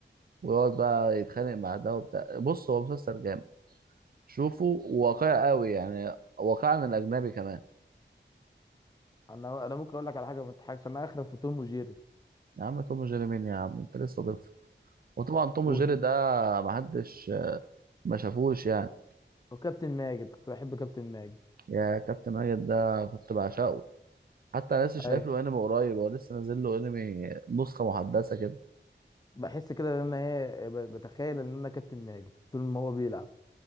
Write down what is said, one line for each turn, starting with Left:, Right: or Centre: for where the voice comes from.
Right: ويقعد بقى يتخانق مع ده وبتاع بص هو مسلسل جامد شوفه واقعي قوي يعني واقعي عن الاجنبي كمان
Left: انا انا ممكن اقول لك على حاجة ما تضحكش انا اخرف في توم وجيري
Right: يا عم توم وجيري مين يا عم انت لسه طفل وطبعا توم
Left: وفي
Right: وجيري ده محدش ما شافوش يعني
Left: وكابتن ماجد كنت بحب كابتن ماجد
Right: يا كابتن ماجد ده كنت بعشقه حتى انا لسه شايف
Left: اي
Right: له انمي قريب هو لسه نازل له انمي نسخه محدثه كده
Left: بحس كده ان انا ايه ب- بتخيل ان انا كابتن ماجد طول ما هو بيلعب